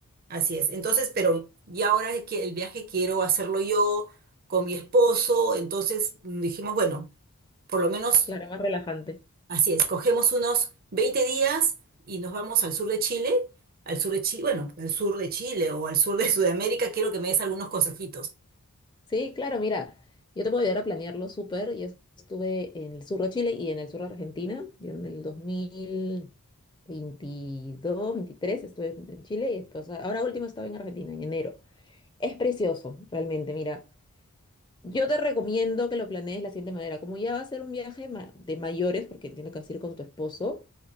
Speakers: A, on the right (about 40°); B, on the left (about 20°).
A: así es. Entonces, pero ya ahora que el viaje quiero hacerlo yo con mi esposo, entonces mm, dijimos, bueno por lo menos,
B: Claro, más relajante.
A: así es, cogemos unos 20 días y nos vamos al sur de Chile, al sur de Chile, bueno, al sur de Chile o al sur de Sudamérica, quiero que me des algunos consejitos.
B: Sí, claro, mira, yo te puedo ayudar a planearlo súper. Yo estuve en el sur de Chile y en el sur de Argentina. Yo en el dos mil veintidós, veintitrés estuve en en Chile y después, ahora último estaba en Argentina, en enero. Es precioso, realmente, mira. Yo te recomiendo que lo planees de la siguiente manera. Como ya va a ser un viaje ma- de mayores, porque entiendo que vas a ir con tu esposo,